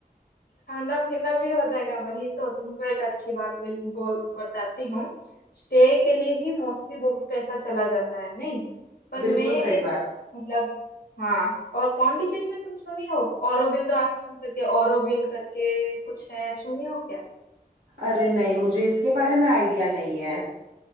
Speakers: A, on the left (about 80°); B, on the right (about 75°).
A: खाना पीना भी हो जाएगा वही तो तुमको एक अच्छी बात बिल- बोल बताती हूँ स्टे के लिए ही मोस्टली बहुत पैसा चला जाता है नहीं पर
B: बिल्कुल
A: मैं
B: सही
A: एक
B: बात
A: मतलब हाँ और पौंडीचेरी में तुम सुनी हो औरोबिंदो आश्रम करके औरोबिल करके कुछ है सुनी हो
B: अरे नहीं मुझे इसके बारे में आइडिया नहीं है